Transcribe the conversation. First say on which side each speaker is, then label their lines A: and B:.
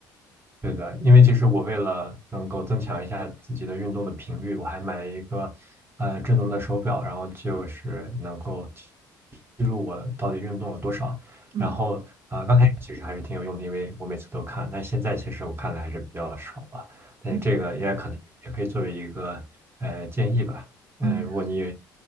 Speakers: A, on the right; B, on the right.
A: 对的，因为其实我为了能够增强一下自己的运动的频率，我还买了一个呃智能的手表，然后就是能够记记录我到底运动了多少。
B: 嗯
A: 然后啊、呃，刚开始其实还是挺有用的，因为我每次都看，但现在其实我看的还是比较少了，但是这个也可能也可以作为一个呃建议吧。
B: 嗯
A: 嗯、
B: 嗯
A: 如果你也